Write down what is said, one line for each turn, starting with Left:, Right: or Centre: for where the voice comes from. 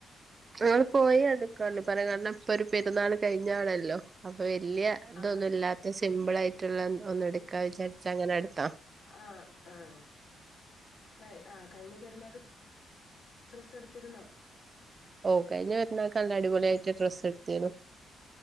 Right: ഞങ്ങൾ പോയിഇടക്കള്ളു പറയാൻ കാരണം ഇപ്പൊ ഒരു പെരുന്നാൾ കഴിഞ്ഞാണല്ലോ അപ്പൊ വലിയ ഇതൊന്നും
Left: ആ
Right: ഇല്ലാത്ത സിമ്പിൾ ആയിട്ടുള്ള ഒന്ന് എടുക്കാ വിചാരിച്ചങ്ങനെ എടുത്താ
Left: ആഹ് ആഹ് ഏയ്, ആഹ് കഴിഞ്ഞ പെരുന്നാൾക്ക് ഡ്രസ് എടുത്തിരുന്നോ
Right: ഓ കഴിഞ്ഞ പെരുന്നാൾക്ക് നല്ല അടിപൊളിയായിട്ട് ഡ്രസ് എടുത്തീനു